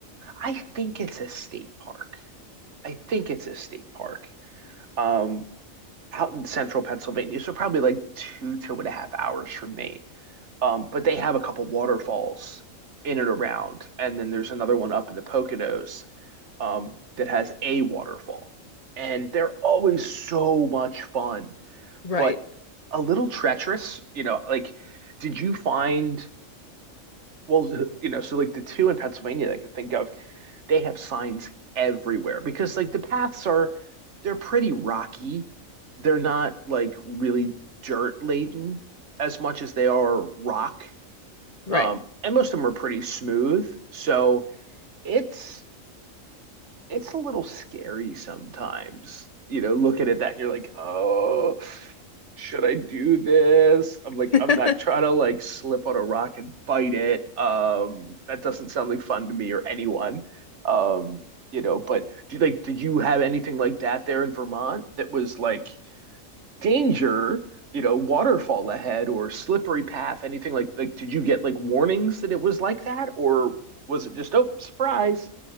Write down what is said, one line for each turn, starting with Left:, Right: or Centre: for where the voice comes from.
Right: I think it's a state park I think it's a state park um, out in central Pennsylvania. So probably like two, two and a half hours from me. Um, but they have a couple waterfalls in and around. And then there's another one up in the Poconos um, that has a waterfall. And they're always so much fun,
Left: Right,
Right: but a little treacherous. You know, like, did you find, well, you know, so like the two in Pennsylvania that I could think of they have signs everywhere because like the paths are they're pretty rocky. They're not like really dirt laden as much as they are rock.
Left: right.
Right: Um, and most of them are pretty smooth. So it's it's a little scary sometimes, you know, looking at that and you're like, oh, should I do this? I'm like,
Left: <laughs>
Right: I'm not trying to like slip on a rock and bite it. Um, that doesn't sound like fun to me or anyone. Um, you know, but do you like, did you have anything like that there in Vermont that was like danger, you know, waterfall ahead or slippery path, anything like like did you get like warnings that it was like that or was it just, oh, surprise?